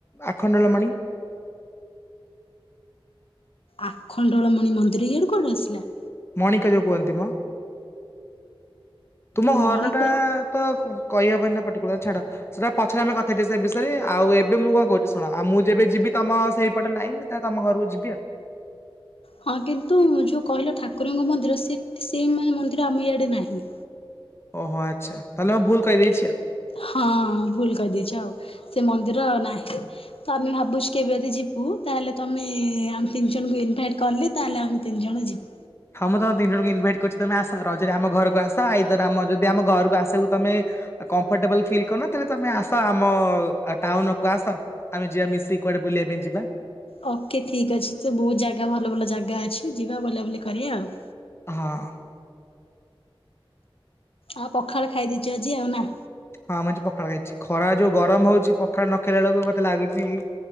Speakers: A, on the left; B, on the left.
A: ଆଖଣ୍ଡଳ ମଣି।
B: ଆଖଣ୍ଡଳମଣି ମନ୍ଦିର ଇଆଡ଼ୁ କୁଆଡୁ ଆସିଲା?
A: ମଣିକ ଯୋଉ କୁହନ୍ତି ମ, ତୁମ ଘରଟା
B: ମଣିକ
A: ତ କହିହବନି ନା ପର୍ଟିକୁଲାର ଛାଡ। ସେଇଟା ପଛରେ ଆମେ କଥା ହେଇଯିବା ସେ ବିଷୟରେ, ଆଉ ଏବେ ମୁଁ କଣ କହୁଛି ଶୁଣ ଆଉ ମୁଁ ଯେବେ ଯିବି ତମ ସେଇପଟ ଲାଇନ ନା ତମ ଘରକୁ ଯିବି ଆଉ।
B: ହଁ କିନ୍ତୁ ଯୋଉ କହିଲ ଠାକୁରଙ୍କ ମନ୍ଦିର ସେ ସେଇ ମାନେ ମନ୍ଦିର ଆମେ ଇଆଡ଼େ ନାହିଁ।
A: ଓହୋ ଆଚ୍ଛା, ତାହେଲେ ମୁଁ ଭୁଲ୍ କହିଦେଇଛି ଆଉ।
B: ହଁ ଭୁଲ୍ କହିଦେଇଛି ଆଉ, ସେ ମନ୍ଦିର ଆଉ ନାହିଁ। ତ ଆମେ ଭାବୁଛୁ କେବେ ଯଦି ଯିବୁ ତାହେଲେ ତମେ ଆମେ ତିନି ଜଣଙ୍କୁ ଇନଭାଇଟ୍ କଲେ ତାହେଲେ ଆମେ ତିନି ଜଣ ଯିବୁ।
A: ହଁ ମୁଁ ତମ ତିନି ଜଣଙ୍କୁ ଇନଭାଇଟ୍ କରୁଛି ତମ ଆସ, ରଜରେ ଆମ ଘର ଆସ ଆଇଦର ଆମ ଯଦି ଆମ ଘରକୁ ଆସିବାକୁ ତମେ କମ୍ଫର୍ଟେବଲ ଫିଲ୍ କରୁନ ତାଲେ ତମେ ଆସ ଆମ ଟାଉନକୁ ଆସ। ଆମେ ଯିବା ମିଶି କୁଆଡେ ବୁଲିବା ପାଇଁ ଯିବା।
B: ଓକେ ଠିକ୍ ଅଛି, ସେ ବହୁତ ଜାଗା ଭଲ ଭଲ ଜାଗା ଅଛି ଯିବା ବୁଲାବୁଲି କରିବା ଆଉ।
A: ହଁ।
B: ଆଉ ପଖାଳ ଖାଇ ଦେଇଛ ଆଜି ଆଉ ନାଁ?
A: ହଁ ମୁଁ ଆଜି ପଖାଳ ଖାଇଛି, ଖରା ଯୋଉ ଗରମ ହଉଛି ପଖାଳ ନଖାଇଲା ବେଳକୁ ମତେ ଲାଗୁଛିକି